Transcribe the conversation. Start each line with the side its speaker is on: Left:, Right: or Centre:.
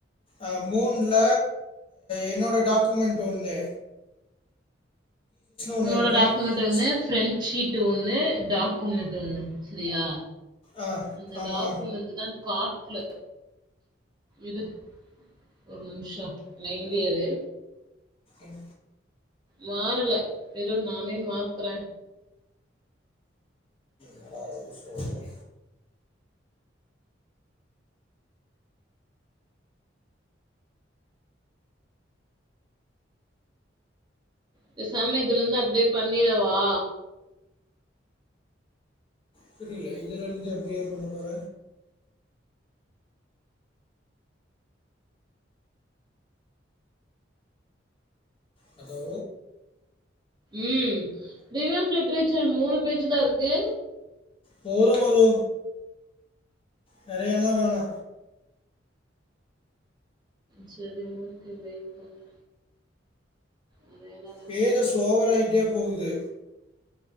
Left: அ மூணுல என்னோட டாக்குமெண்ட் ஒன்னு ஒண்ணு
Right: உன்னோட
Left: இருக்கும்.
Right: டாக்குமெண்ட் ஒன்னு
Left: ஸ்
Right: ஃப்ரெண்ட் ஷீட் ஒன்னு டாக் குமெண்ட் ஒன்னு சரியா
Left: ஆ
Right: அந்த
Left: ஆமா.
Right: டாக்குமெண்ட் அதா காட்ல இது ஒரு நிமிஷம் லையன்லயே இரு
Left: ம்
Right: மாறல இரு நானே மாத்துற
Left: நா ஒன்னு சொல்லனு
Right: பேசாம இதுல இருந்து அப்டியே பண்ணிறவா?
Left: புரில இதுல இருந்து எப்டியே பண்ண போற ஹலோ
Right: ம் ரிவியூ ஆஃப் லிட்ரேச்சர் மூணு பேஜ்ஜிதா இருக்கு
Left: போது போது நெறையால்லா வேணா
Right: சேரி ஓகே வெயிட் பண்ணு அது என்னது
Left: தேஜஸ் ஓவர் ஆயிட்டே போகுது